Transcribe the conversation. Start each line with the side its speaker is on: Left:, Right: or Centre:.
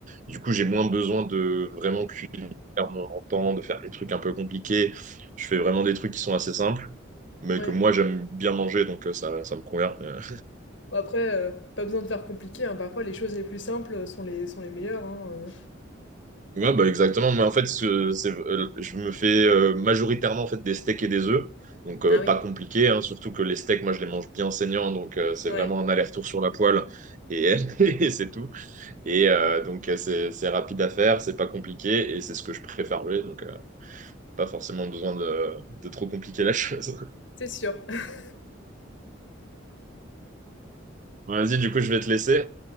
Right: Du coup, j'ai moins besoin de vraiment cuisiner à mon temps, de faire des trucs un peu compliqués. Je fais vraiment des trucs qui sont assez simples, mais
Left: Ouais.
Right: que moi, j'aime bien manger, donc euh, ça, ça me convient. euh,
Left: Bon après, heu, pas besoin de faire compliqué, hein, parfois les choses les plus simples, sont les sont les meilleures, hein,
Right: Ouais, bah exactement. Mais en fait, ce- c'est- euh, je me fais euh, majoritairement en fait, des steaks et des œufs. Donc, euh,
Left: Ah oui.
Right: pas compliqué, hein. surtout que les steaks, moi, je les mange bien saignants. Donc, euh, c'est
Left: heu.
Right: vraiment
Left: Ouais,
Right: un aller-retour sur la poêle. Et, <laughs> et c'est tout. Et euh, donc, euh, c'est c'est rapide à faire, c'est pas compliqué. Et c'est ce que je préfère jouer. Donc, euh, pas forcément besoin de, de trop compliquer la chose. <laughs>
Left: c'est sûr. <laughs>
Right: Bon, vas-y, du coup, je vais te laisser.